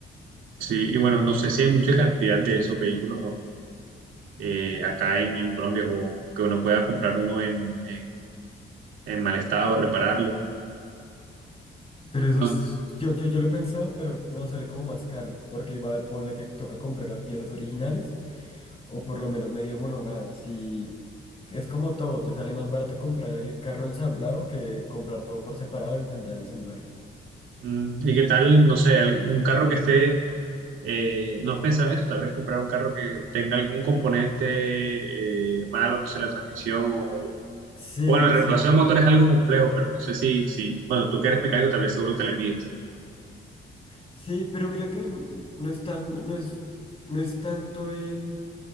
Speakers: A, on the right; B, on the left.
A: Sí, y bueno, no sé si hay mucha cantidad de esos vehículos eh, acá en, en Colombia o que uno pueda comprar uno en, en, en mal estado, repararlo.
B: Pero eso
A: No,
B: es, yo, yo, yo lo he pensado, pero no sale como más caro, porque igual ponle que toca comprar las piezas originales. o por lo menos medio homologadas. Y es como todo, te sale más barato comprar el carro ensamblado que comprar todo por separado e intentar ensamblarlo.
A: mm, ¿y qué tal, no sé, algún- un carro que esté Eh, no has pensado en eso, tal vez comprar un carro que tenga algún componente eh, malo, no sé, la transmisión o...
B: Sí,
A: Bueno, el reemplazo
B: sí, lo-
A: de motor es algo complejo, pero no sé si, si... Bueno, tú que eres mecánico, tal vez seguro te le mides.
B: sí, pero mira que n- no es tan, no es, no es tanto el